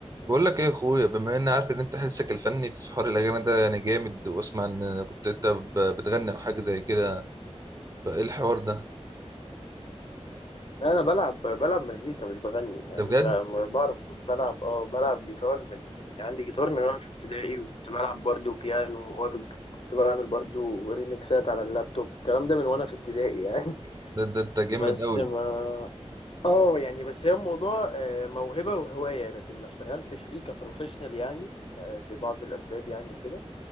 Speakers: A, on the right (about 30°); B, on the left (about 55°).
A: بقول لك ايه يا اخويا بما اني عارف ان انت حسك الفني في حوار الاغاني ده يعني جامد واسمع ان كنت انت ب- بتغني او حاجه زي كده فايه الحوار ده
B: لا انا بلعب بلعب مزيكا مش بغني يعني
A: ده بجد
B: ب- بعرف بلعب اه بلعب جيتار من يعني عندي جيتار من وانا في ابتدائي وكنت بلعب برضو بيانو واورج كنت بعمل برضو ريميكسات على اللابتوب الكلام ده من وانا في ابتدائي يعني <laughs>
A: ده, ده انت جامد
B: بس
A: قوي
B: ما اه يعني بس هي الموضوع آه، موهبة وهواية لكن ما اشتغلتش فيه كبروفيشنال يعني آه، لبعض الاسباب يعني وكده